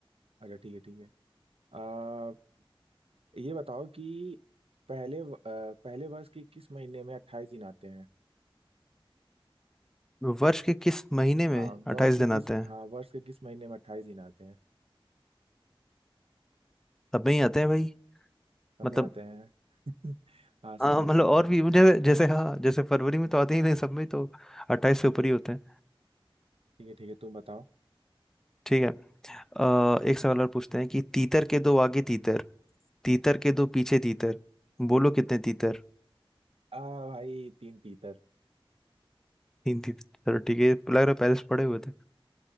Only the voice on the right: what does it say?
अच्छा ठीक है ठीक है अ, ये बताओ कि पहले व- अ, पहले वर्ष के किस महीने में अट्ठाईस दिन आते हैं
हाँ
वर्ष के
किस
हाँ वर्ष के किस महीने में अट्ठाईस दिन आते हैं
सब
में आते हैं <laughs> हाँ सही
हो
सही
हो
ठीक है ठीक है तुम बताओ
आ भाई तीन तीतर